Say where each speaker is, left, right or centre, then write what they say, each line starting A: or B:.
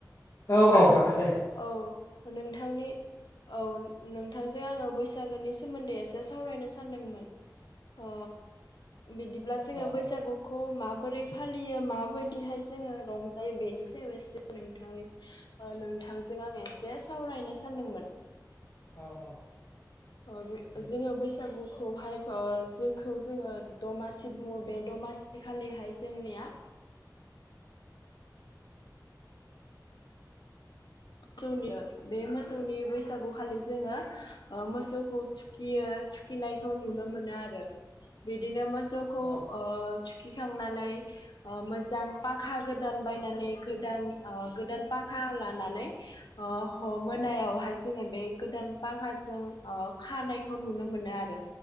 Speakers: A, on the left; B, on the left.
A: आं औ औ हागोन दे।
B: औ नोंथांनि औ नोंथांजों आङो बैसागोनि सोमोन्दै एसे सावरायनो सानदोंमोन। अ बिदिब्ला जोङो
A: औ
B: बैसागु
A: औ
B: खौ माबोरै फालियो माबायदिहाय जोङो रं जायो बेनि सायाव एसे नोंथांनि ओ नों थांजों आं एसे सावरायनो सानदोंमोन।
A: औ औ
B: अ बे
A: दे
B: जोङो बै बैसागुखौहाय ओ जेखौ जोङो दमासि बुङो बे दमासि खालिहाय जोंनिया <unintelligible> बे मोसौनि बैसागु खालि जोङो ओ मोसौखौ थुखियो थुखिनायखौ नुनो मोनो आरो बिदिनो मोसौ खौ
A: औ औ
B: ओ थुखिखांनानै ओ मोजां पाखा गोदान बायनानै गोदान ओ गोदान पाखा लानानै ओ ह मोनायावहाय
A: औ
B: जोङो बे गोदान पाखाजों ओ खानायखौ नुनो मोनो आरो।